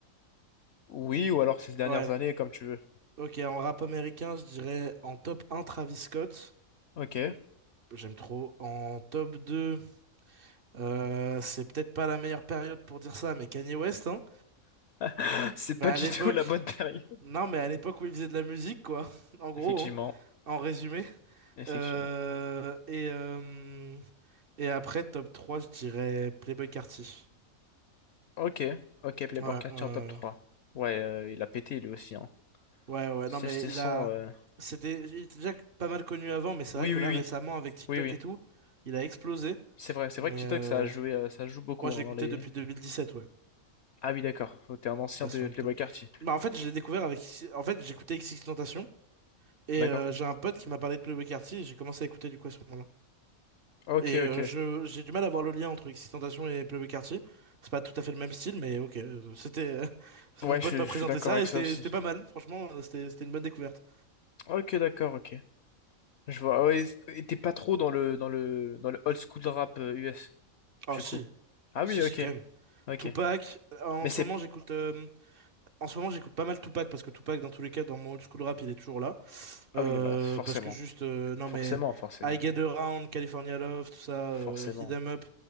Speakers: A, on the left; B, on the right.
A: Oui, ou alors ces dernières
B: Ouais.
A: années, comme tu veux.
B: Ok, en rap américain, je dirais en top un Travis Scott.
A: Ok.
B: J'aime trop. En top 2, euh, c'est peut-être pas la meilleure période pour dire ça, mais Kanye West, hein.
A: <laughs> C'est
B: Mais
A: pas
B: à
A: du
B: l'époque,
A: tout la bonne période.
B: non, mais à l'époque où il faisait de la musique, quoi. <laughs> En gros,
A: Effectivement,
B: hein, en résumé.
A: effectivement.
B: Euh, et, euh, et après, top 3, je dirais Playboi Carti.
A: Ok, ok, Playboi
B: Ouais, ouais.
A: Carti
B: ouais.
A: en top trois Ouais, euh, il a pété lui aussi, hein.
B: Ouais, ouais,
A: C'est
B: non, mais
A: c'est
B: il
A: son...
B: a.
A: euh,
B: C'était... Il était déjà pas mal connu avant, mais c'est
A: Oui,
B: vrai que
A: oui,
B: là,
A: oui,
B: récemment, avec TikTok
A: oui, oui.
B: et tout, il a explosé.
A: C'est vrai, c'est
B: Mais
A: vrai que TikTok,
B: euh,
A: ça a joué, euh, ça joue beaucoup
B: moi, je l'écoutais
A: hein, dans les...
B: depuis 2017, ouais.
A: Ah oui, d'accord. Oh, T'es un ancien
B: Ouais,
A: de
B: ça fait un
A: Playboi
B: peu tôt.
A: Carti.
B: Bah, en fait, je l'ai découvert avec. En fait, j'écoutais XXXTentacion, et
A: D'accord.
B: euh, j'ai un pote qui m'a parlé de Playboi Carti, et j'ai commencé à écouter du coup à ce moment-là.
A: Ok,
B: Et
A: ok.
B: euh, je... j'ai du mal à voir le lien entre XXXTentacion et Playboi Carti. C'est pas tout à fait le même style, mais ok. euh, C'était. <laughs>
A: Ouais,
B: Mon pote
A: je,
B: m'a
A: je suis
B: présenté
A: d'accord
B: ça,
A: avec
B: et
A: ça
B: c'était
A: aussi.
B: c'était pas mal, franchement, euh, c'était c'était une bonne découverte.
A: Ok, d'accord, ok. Je vois. Ouais, et t'es pas trop dans le dans le dans le old school rap euh, US,
B: Oh,
A: du
B: si,
A: coup. Ah
B: si,
A: oui,
B: si,
A: ok,
B: quand même.
A: ok.
B: Tupac, euh, en
A: Mais
B: ce
A: c'est
B: moment j'écoute euh, en ce moment j'écoute pas mal Tupac parce que Tupac dans tous les cas dans mon old school rap il est toujours là
A: ah
B: Euh,
A: oui, bah forcément,
B: parce que juste euh, non
A: forcément,
B: mais
A: forcément,
B: I Get Around, California Love, tout ça,
A: forcément.
B: euh, Hit 'Em Up,